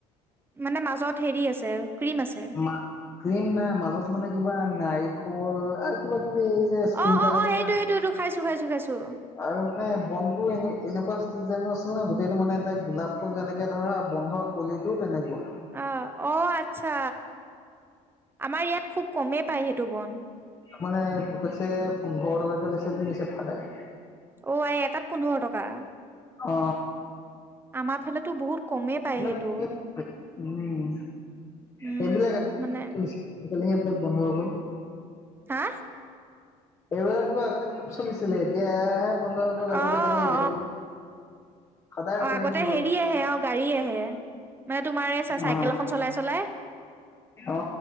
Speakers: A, on the right; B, on the left.
A: মানে মাজত হেৰি আছে ক্ৰীম আছে।
B: মা ক্ৰীম নাই মাজত মানে কিবা নাৰিকল আৰু কিবা কিবি এই যে স্প্ৰিংকল
A: অ', অ', অ',
B: থাকে
A: সেইটো
B: ন
A: সেইটোটো খাইছো খাইছো খাইছো।
B: আৰু মানে বনটো এনে এনেকুৱা ডিজাইনো আছিল ন গোটেইটো মানে এটা গোলাপ ফুল যেনেকে ধৰা বন্ধৰ কলিটো তেনেকুৱা।
A: অ অ আচ্ছা আমাৰ ইয়াত খুব কমেই পায় সেইটো বন।
B: মানে, ভুকতে পোন্ধৰ টকাকে লৈছে বুলি কৈছে ফাডাই।
A: অ আই এটাত পোন্ধৰ টকা?
B: অ।
A: আমাৰ ফালেতো বহুত কমেই পায়
B: উম,
A: সেইটো। উম,
B: সেইবিলাক
A: মানে
B: আজিকালি সেইবিলাক বন্ধ হব।
A: হা?
B: এইবিলাক বোলো আগতে খুব চলিছিলে এতিয়াাহে বন্ধ হৈ
A: অ',
B: গল আগতে
A: অ',
B: কেনেকে গাড়ী সদায় ৰখি
A: অ আগতে
B: থাকিম দ
A: হেৰি আহে অ গাড়ী আহে। মানে তোমাৰ এই চা চাইকেল
B: অ
A: এখন চলাই চলাই
B: অ